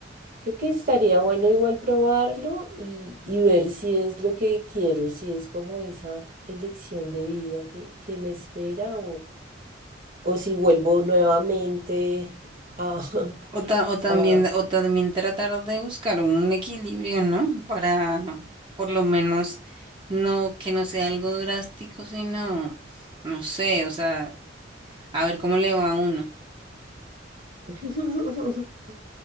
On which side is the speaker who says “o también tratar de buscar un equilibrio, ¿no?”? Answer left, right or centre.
Right